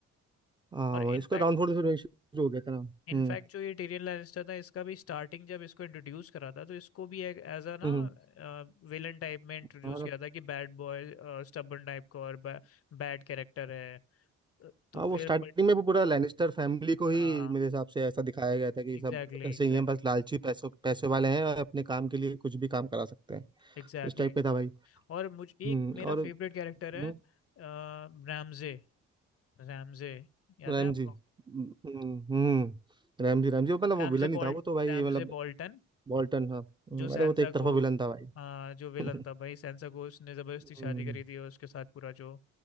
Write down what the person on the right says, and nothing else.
हाँ
वही, इसका डाउनफॉल तो फिर वही शुरू हो गया था ना हम्म
हम्म
और
हाँ
वो स्टार्टिंग
में वो पूरा लैनिस्टर फैमिली को ही
मेरे हिसाब से ऐसा दिखाया गया था कि सब
ऐसे
ही हैं बस लालची पैसों पैसे वाले हैं और अपने काम के लिए कुछ भी काम करा सकते हैं
इस टाइप पे था भाई
हम्म
और
हम्म,
राम
जी हम्म हम्म, राम जी राम जी वो मतलब
वो विलन ही
था वो तो भाई
मतलब
वॉल्टन हाँ हम्म,
अरे वो तो एक तरफा
विलन था भाई
<laughs>
हम्म